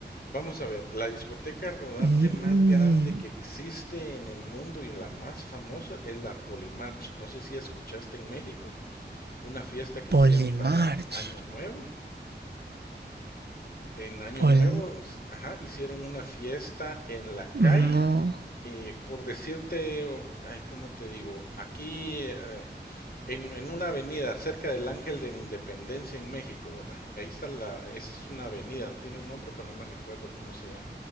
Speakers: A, on the left; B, on the right.
A: Vamos a ver, la discoteca rodante
B: Mm,
A: más grande que existe en el mundo y la más famosa es la Polimarch. No sé si escuchaste en México una fiesta que
B: Polymarch.
A: hicieron para Año Nuevo. En Año
B: Pol...
A: Nuevo, s- ajá, hicieron una fiesta en la calle
B: No.
A: y por decirte, ay, ¿cómo te digo? Aquí eh, en, en una avenida cerca del Ángel de la Independencia en México, ¿verdad? Ahí está la, esa es una avenida, tiene un nombre, pero no me recuerdo cómo se llama.